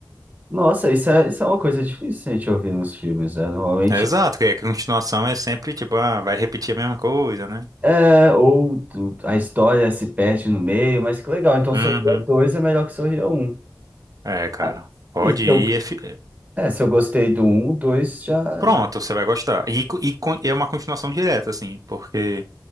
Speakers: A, on the right; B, on the right.
A: Nossa, isso é, isso é uma coisa difícil a gente ouvir nos filmes, né? Normalmente
B: É exato, que a continuação é sempre tipo, ah, vai repetir a mesma coisa, né?
A: é, ou tu- a história se perde no meio, mas que legal. Então, Sorria
B: Uhum.
A: dois é melhor que Sorria um
B: É, cara.
A: Ah,
B: Pode
A: E se
B: ir.
A: eu,
B: é fi-
A: é, se eu gostei do um o 2 já,
B: Pronto,
A: já.
B: você vai gostar. E, co- e con- é uma continuação direta, assim, porque